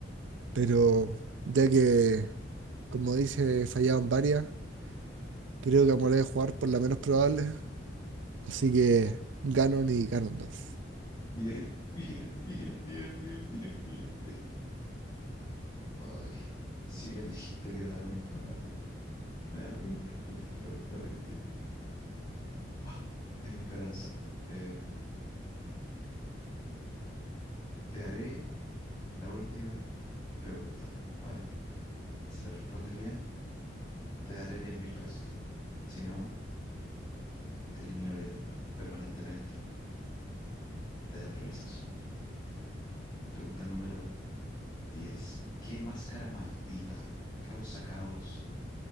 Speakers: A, on the right; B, on the left.
A: pero ya que, como dice, fallaban varias, creo que me la voy a jugar por la menos probable, Así que Ganon y Ganondorf.
B: Bien, bien, bien, bien, bien, bien, bien, bien. Ay, si bien dijiste que era la menos probable, me da lo mismo, respondiste correctamente. Ah, Tengo esperanza. Eh, te haré la última pregunta, ¿vale? Si la respondes bien, te daré diez mil pesos. Si no, te eliminaré permanentemente de las premisas. Pregunta número Diez. ¿Qué máscara maldita causa caos